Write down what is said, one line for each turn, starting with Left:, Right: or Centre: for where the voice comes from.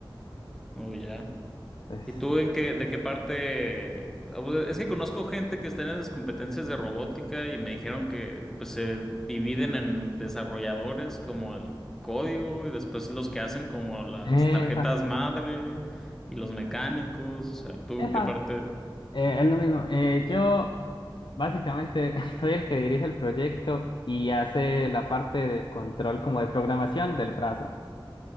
Centre: Oh, ya.
Left: Pues,
Centre: ¿Y tú en qué, de qué parte? Ah, pues, Es que conozco gente que está en esas competencias de robótica y me dijeron que pues se dividen en desarrolladores como el código y después los que hacen como las
Left: epa,
Centre: tarjetas madre y los mecánicos. O sea, ¿tú
Left: epa.
Centre: qué parte?
Left: Eh, es lo mismo. Eh, yo básicamente <laughs> soy el que dirige el proyecto y hace la parte de control como de programación del brazo.